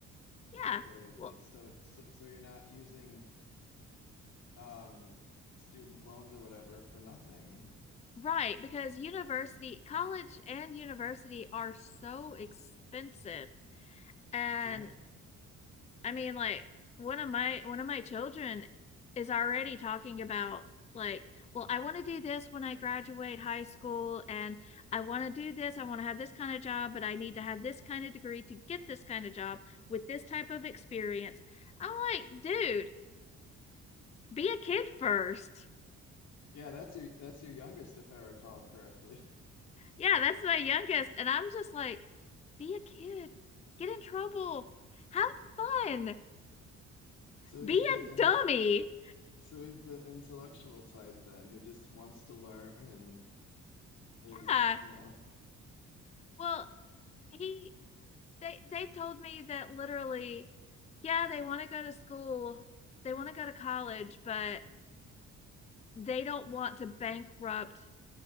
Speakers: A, on the left; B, on the left.
A: yeah
B: at the very least.
A: well
B: So, so, so you're not using um student loans or whatever for nothing. <laughs>
A: right because university college and university are so expensive and
B: Yeah.
A: I mean, like one of my one of my children is already talking about like, well, I want to do this when I graduate high school, and I want to do this. I want to have this kind of job, but I need to have this kind of degree to get this kind of job with this type of experience. I'm like, dude, be a kid first.
B: Yeah, that's your that's your youngest if I recall correctly. <laughs>
A: Yeah, that's my youngest, and I'm just like, be a kid, get in trouble, have fun,
B: So
A: be
B: he's the
A: a
B: in,
A: dummy.
B: so he's the intellectual type then who just wants to learn and is,
A: Yeah.
B: you know,
A: Well, he they they've told me that literally, yeah, they want to go to school, they want to go to college, but they don't want to bankrupt